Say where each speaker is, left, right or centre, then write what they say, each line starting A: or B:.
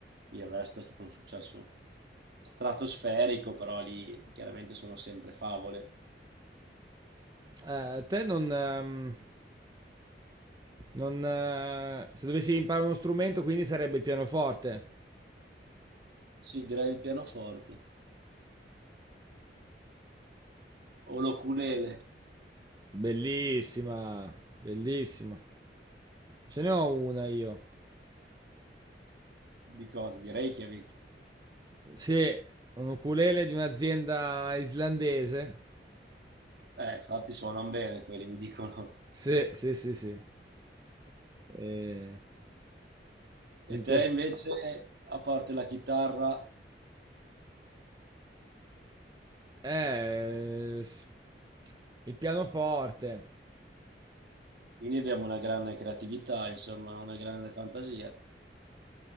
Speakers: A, on the right; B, on the right.
A: il resto è stato un successo stratosferico, però lì chiaramente sono sempre favole.
B: Eh, te non... ehm, non eh, se dovessi imparare uno strumento, quindi sarebbe il pianoforte.
A: Sì, direi il pianoforte o l'oculele
B: Bellissima, bellissima. Ce ne ho una io.
A: di cose, di Reykjavik.
B: Sì, un ukulele di un'azienda islandese.
A: Eh, infatti suonano bene quelli, mi dicono.
B: Sì,
A: <laughs>
B: sì, sì, sì. Eh, mi
A: E
B: piace.
A: te invece, a parte la chitarra,
B: Eh, s- il pianoforte.
A: Quindi abbiamo una grande creatività, insomma, una grande fantasia.